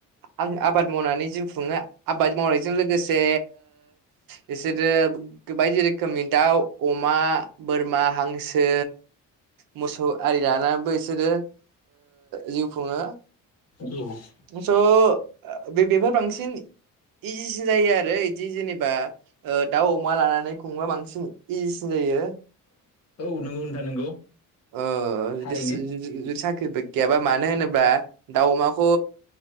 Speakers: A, on the right; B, on the left.
A: आं आबाद मावनानै जिउ खुङो आबाद मावनायजों लोगोसे बिसोरो बायदि रोखोमनि दाउ अमा बोरमा हांसो मोसौ आरि बो बिसोरो जिउ खुङो
B: औ
A: स' बे बेफोर बांसिन इजिसिन जायो आरो बिदि जेनेबा दाउ अमा लानानै खुंबा बांसिन इजिसिन जायो।
B: औ नंगौ नोंथां नंगौ।
A: ओ
B: थारैनो
A: <inaudible> गैयाबा मानो होनोब्ला दाउ अमाखौ